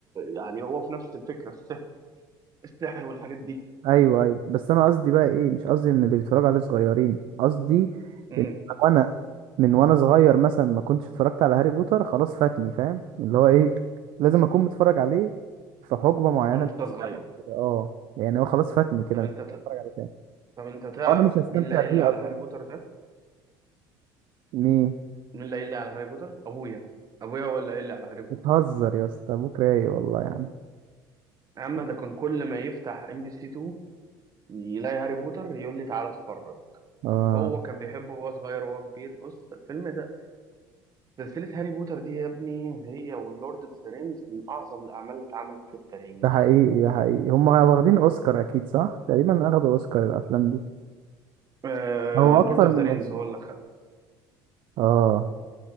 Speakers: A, on the right; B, on the right.
A: يعني هو في نفس الفكرة السحر, السحر والحاجات دي
B: ايوه ايوه بس انا قصدي بقى ايه مش قصدي ان اللي بيتفرجوا عليه صغيرين قصدي
A: مم.
B: ان انا من وانا صغير مثلا ما كنتش اتفرجت على هاري بوتر خلاص فاتني فاهم اللي هو ايه لازم اكون متفرج عليه في حقبه معينه
A: وانت
B: من
A: صغير
B: الزمن كده اه يعني هو خلاص فاتني كده
A: طب
B: مش
A: انت ت-
B: هتفرج عليه تاني
A: طب انت تعرف
B: او انا مش هستمتع
A: مين اللي قايل
B: بيه
A: لي على
B: اظن
A: هاري بوتر ده
B: مين
A: مين اللي قايل لي على هاري بوتر ابويا ابويا هو اللي قايل لي على هاري بوتر
B: بتهزر يا اسطى ابوك رايق والله يا عم
A: يا عم ده كان كل ما يفتح ام بي سي 2 يلاقي هاري بوتر يقول لي تعالى اتفرج
B: اه
A: هو كان بيحبه وهو صغير وهو كبير بص الفيلم ده سلسلة هاري بوتر دي يا ابني هي ولورد اوف ذا رينجز من أعظم الأعمال اللي اتعملت في التاريخ.
B: ده حقيقي ده حقيقي هما واخدين اوسكار اكيد صح تقريبا اخدوا اوسكار الافلام دي
A: آه
B: او
A: لورد
B: اكتر
A: اوف
B: من
A: ذا رينجز
B: اوسكار
A: هو اللي خد
B: اه